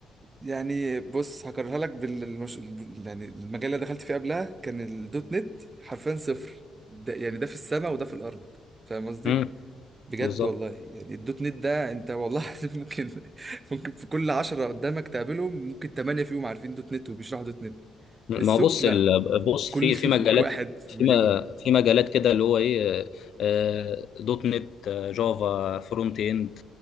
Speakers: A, on the right; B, on the left.
A: يعني بص هكررها لك بالمش... يعني المجال اللي دخلت فيه قبلها كان الدوت نت حرفيا صفر ده يعني ده في السماء وده في الارض فاهم قصدي
B: مم.
A: بجد
B: بالظبط
A: والله يعني الدوت نت ده انت والله العظيم ممكن ممكن في كل عشرة قدامك تقابلهم ممكن تمانية فيهم عارفين دوت نت وبيشرحوا دوت نت
B: ما
A: السوق
B: هو بص
A: لا
B: ال- بص في
A: كل
B: في مجالات
A: <laughs> واحد في
B: في
A: مليون
B: ما- في مجالات كده اللي هو ايه آه، دوت نت آه، جافا فرونت اند